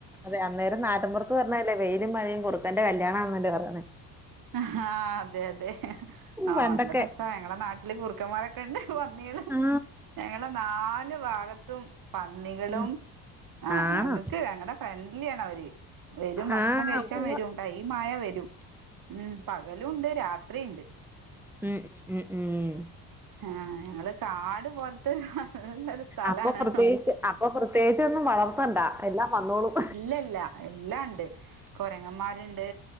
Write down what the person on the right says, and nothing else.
ഹാ അതെ അതെ ആഹ്
നല്ല രെസ ഞങ്ങള നാട്ടില് കുറുക്കന്മാര് കെണ്ട് പന്നീള്
ഞങ്ങളെ നാല് ഭാഗത്തും പന്നികളും
ആ
ഞങ്ങക്ക് ഞങ്ങടെ ഫ്രണ്ട്ലി ആണ് അവര് വെരും ഭക്ഷണം
കഴിക്കാൻ
വെരും ടൈംമായവെരും ഉം പകലുണ്ട് രാത്രിയുണ്ട്
ആഹ് ഞങ്ങള് കാട് പോൽത്തെ നല്ലൊരു സ്ഥലാണ്
ഇല്ല ഇല്ല എല്ലാണ്ട് കൊരങ്ങന്മാരുണ്ട്